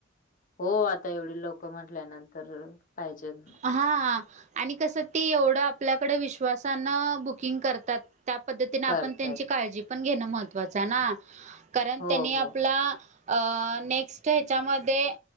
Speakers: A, on the left; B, on the right.
A: हो आता एवढी लोक म्हटल्यानंतर पाहिजेत ना.
B: हां आणि कसं ती एवढं आपल्याकडे विश्वासानं बुकिंग करतात. त्या पद्धतीन
A: करतायत.
B: आपण त्यांची काळजी पण घेणं महत्त्वाचं आहे ना. कारण
A: हो
B: त्यांनी आपला
A: हो
B: अ नेक्स्ट हच्यामध्ये